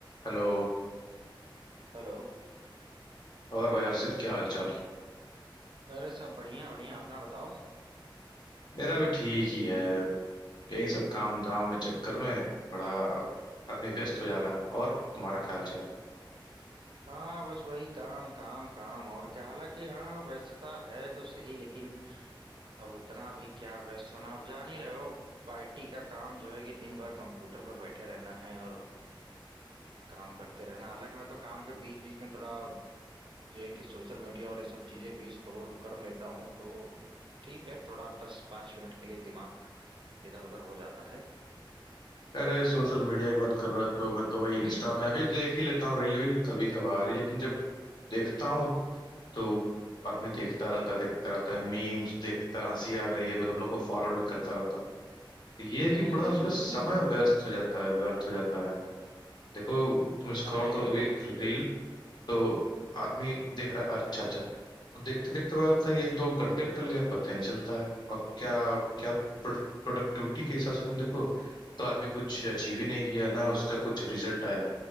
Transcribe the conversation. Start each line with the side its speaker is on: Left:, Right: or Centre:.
Left: Hello
Right: हेलो
Left: और भाई हर्षित क्या हाल चाल
Right: अरे सब बढ़िया बढ़िया अपना बताओ
Left: मेरा भी ठीक ही है यही सब काम धाम में चक्कर में बड़ा आदमी व्यस्त हो जा रहा है और तुम्हारा क्या हाल चाल
Right: हाँ बस वही काम काम काम और क्या हालांकि हाँ व्यस्तता है तो सही लेकिन अब उतना भी क्या व्यस्त होना आप जान ही रहे हो आईटी का काम जो है कि दिन भर कंप्यूटर पर बैठे रहना है और काम करते रहना हालांकि मैं तो काम के बीच बीच में थोड़ा जो है कि सोशल मीडिया और ये सब चीजें भी स्क्रॉल कर लेता हूँ तो ठीक है थोड़ा दस पाँच मिनट के लिए दिमाग इधर उधर हो जाता है
Left: अरे सोशल मीडिया की बात कर रहा तो मैं तो वही इंस्टा
Right: <clears throat>
Left: मैं भी देख ही लेता हूँ रील वील कभी कभार ही लेकिन जब देखता हूँ तो आदमी देखता रहता है देखता रहता है मीम्स देखता है, हंसी आ रही है मैं तुम लोग को फॉरवर्ड भी करता रहता हूँ तो ये है
Right: हम्म
Left: कि बड़ा
Right: हम्म
Left: उसमें समय
Right: हम्म
Left: व्यस्त हो जाता है व्यर्थ हो जाता है देखो तुम स्क्रॉल
Right: अरे
Left: करो कभी रील तो आदमी देख रहा है अच्छा अच्छा देखते देखते पता चलता है कि एक दो घंटे निकल गया पता ही नहीं चलता है और क्या क्या प्रोडक्टिविटी के हिसाब से तुम देखो तो आदमी कुछ अचीव ही नहीं किया ना उसका कुछ रिजल्ट आया